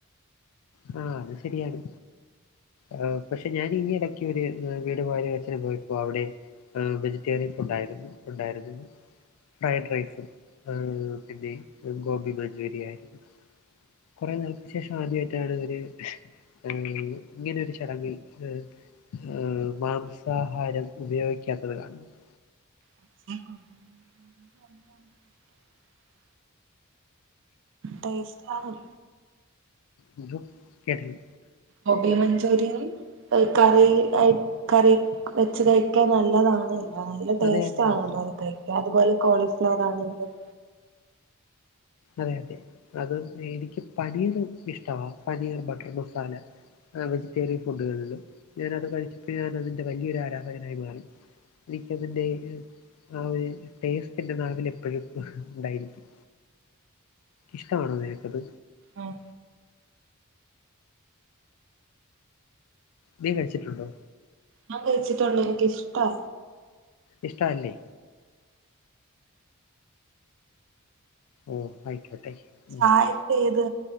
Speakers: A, on the left (about 80°); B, on the right (about 60°).
A: ആഹ് അത് ശരിയാണ് ഏഹ് പക്ഷെ ഞാൻ ഈ എടക്ക് ഒരു വീട് പാല് കാച്ചിന് പോയപ്പോ അവിടെയും ഏഹ് വെജിറ്റേറിയൻ ഫുഡായിരുന്നു ഉണ്ടായിരുന്നത് ഫ്രൈഡ് റൈസും ഏഹ് പിന്നെ ഗോബി മഞ്ചൂരിയായിരുന്നു കുറേ നാളുകൾക്ക് ശേഷം ആദ്യമായിട്ടാണ് ഒരു ഏഹ് ഇങ്ങനെ ഒരു ചടങ്ങിൽ ഏഹ് ഏഹ് മാംസാഹാരം ഉപയോഗിക്കാത്തത് കാണുന്നുണ്ട്
B: <inaudible> ടേസ്റ്റാണ്
A: എന്തോ കേട്ടില്ല
B: ഗോബി മഞ്ചൂരിയനും ഈ കറിയായി കറി വെച്ച് കഴിക്കാൻ നല്ലതാണ് നല്ല ടേസ്റ്റ്
A: അതെ അതെ
B: ആണല്ലോ
A: അതെ
B: അത് കഴിക്കാൻ അതുപോലെ കോളിഫ്ലവർ ആണെങ്കിലും
A: അതെ അതെ അത് എനിക്ക് പനീർ ഇഷ്ടവാ പനീർ ബട്ടർ മസാല അഹ് വെജിറ്റേറിയൻ ഫുഡുകളില് ഞാന അത് കഴിച്ച് ഞാൻ അതിൻ്റെ വലിയൊരു ആരാധകനായി മാറി എനിക്കതിന്റെ ആഹ് ഒരു ടേസ്റ്റ് എന്റെ നാവില് എപ്പഴും ഇണ്ടായിരിക്കും ഇഷ്ടമാണോ നിനക്കത്
B: അഹ്
A: നീ കഴിച്ചിട്ടുണ്ടോ
B: ഞാൻ കഴിച്ചിട്ടുണ്ട് എനിക്കിഷ്ടാ
A: ഇഷ്ടവല്ലെ ഓ ആയിക്കോട്ടെ ഉം
B: ആ <unintelligible> ഏത്